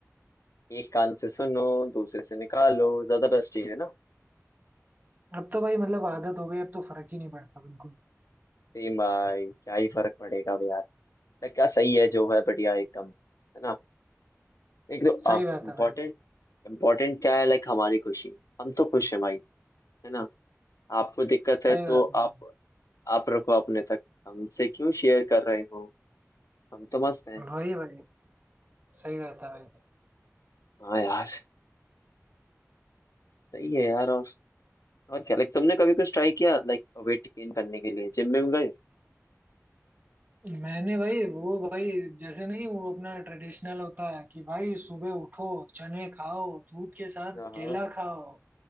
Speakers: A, on the left (about 85°); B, on the right (about 35°).
A: एक कान से सुनो दूसरे से निकालो ज्यादा बेस्ट चीज है ना
B: अब तो भाई मतलब आदत हो गई अब तो फर्क ही नहीं पड़ता बिल्कुल
A: सेम भाई क्या ही फर्क पड़ेगा अब यार लाइक क्या सही है जो है बढ़िया एकदम है ना एक तो
B: सही बात
A: इम्पोर्टेंट
B: है भाई
A: इम्पोर्टेंट क्या है लाइक हमारी खुशी हम तो खुश है भाई है ना आपको दिक्कत
B: सही
A: है
B: बात
A: तो
B: है
A: आप आप रखो अपने तक हमसे क्यों शेयर कर रहे हो हम तो मस्त हैं
B: भाई वही भाई सही बात है भाई
A: हाँ यार सही है यार और क्या लाइक तुमने कभी कुछ ट्राई किया लाइक वेट गेन करने के लिए जिम में गए
B: मैंने भाई वो भाई जैसे नहीं वो अपना ट्रेडिशनल होता है कि भाई सुबह उठो चने खाओ दूध के साथ
A: हाँ हाँ
B: केला खाओ